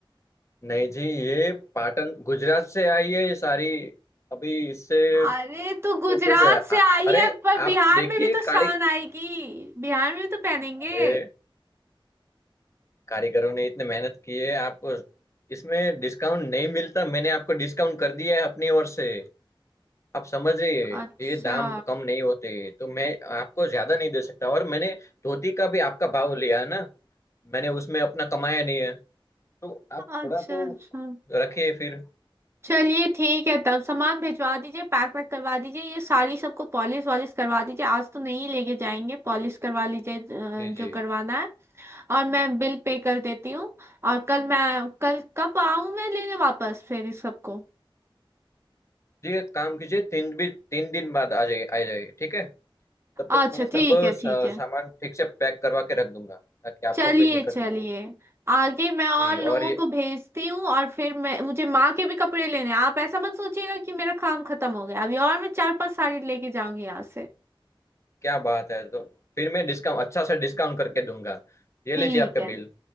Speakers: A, on the left (about 30°); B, on the right (about 30°).
A: नहीं जी ये पाटन गुजरात से आई है ये सारी अभी इससे
B: अरे
A: इसमें
B: तो गुजरात
A: कुछ है। आ,
B: से आई
A: अरे
B: है पर बिहार
A: आप देखिए
B: में भी तो
A: कारे
B: शान आएगी बिहार में भी तो पहनेंगे
A: अरे कारीगरों ने इतने मेहनत की है आपको इसमें डिस्काउंट नहीं मिलता मैंने आपको डिस्काउंट कर दिया है अपनी ओर से आप समझ रही है
B: अच्छा
A: ये दाम कम नहीं होते तो मैं आपको ज्यादा नहीं दे सकता और मैंने धोती का भी आपका भाव लिया है ना मैंने उसमें अपना कमाया नहीं है तो आप
B: अच्छा
A: थोड़ा तो
B: अच्छा
A: रखिए फिर
B: चलिए ठीक है तब सामान भिजवा दीजिए पैक वैक करवा दीजिए ये सारी सबको पॉलिश वॉलिश करवा दीजिए आज तो नहीं लेके जाएंगे पॉलिश करवा लीजिए अ,
A: जी
B: जो
A: जी
B: करवाना है और मैं बिल पे कर देती हूँ और कल मैं कल कब आऊँ मैं लेने वापस फिर इस सबको
A: जी एक काम कीजिए तीन भी तीन दिन बाद आ जाइए आ जाइए ठीक है तब तक
B: अच्छा
A: मैं सब
B: ठीक है
A: सा-
B: ठीक है
A: सामान ठीक से पैक करवा के रख दूंगा ताकि आपको
B: चलिए
A: कोई दिक्कत
B: चलिए
A: ना हो
B: आगे मैं और
A: जी
B: लोगों
A: और ये
B: को भेजती हूँ और फिर मैं मुझे माँ के भी कपड़े लेने हैं। आप ऐसा मत सोचिएगा कि मेरा काम खत्म हो गया अभी और मैं चार पांच साड़ी लेके जाऊंगी यहाँ से
A: क्या बात है तो फिर मैं डिस्काउंट अच्छा सा डिस्काउंट करके दूंगा ये
B: ठीक
A: लीजिए आपका
B: है
A: बिल